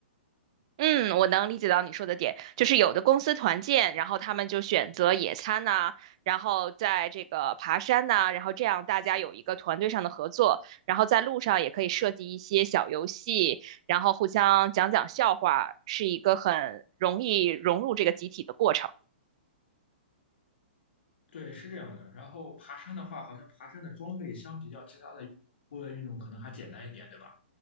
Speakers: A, on the right; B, on the left.
A: 嗯，我能理解到你说的点，就是有的公司团建，然后他们就选择野餐呐、然后在这个爬山呐、然后这样大家有一个团队上的合作，然后在路上也可以设计一些小游戏，然后互相讲讲笑话，是一个很容易融入这个集体的过程。
B: 对，是这样的。然后爬山的话，好像爬山的装备相比较其他的户外运动可能还简单一点，对吧？